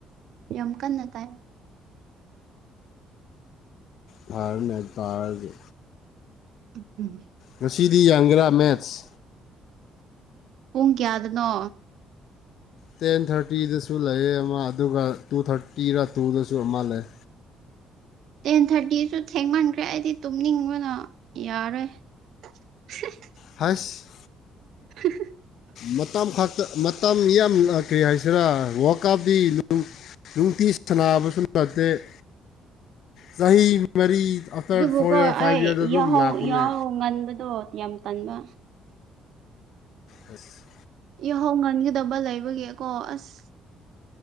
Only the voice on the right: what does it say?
ꯌꯥꯝꯀꯟꯅ ꯇꯥꯏ
ꯎ ꯍꯨꯝ
ꯄꯨꯡ ꯀꯌꯥꯗꯅꯣ
ꯇꯦꯟ ꯊꯥꯔꯇꯤꯁꯨ ꯊꯦꯡꯃꯟꯈ꯭ꯔꯦ ꯑꯩꯗꯤ ꯇꯨꯝꯅꯤꯡꯕꯅ ꯌꯥꯔꯣꯏ <unintelligible>
<unintelligible>
ꯑꯗꯨꯕꯨꯀꯣ
ꯑꯩ
ꯌꯥꯍꯧ
ꯌꯥꯍꯧ ꯉꯟꯕꯗꯣ ꯌꯥꯝ ꯇꯟꯕ
ꯌꯥꯍꯧ ꯉꯟꯒꯗꯕ ꯂꯩꯕꯒꯤꯀꯣ ꯑꯁ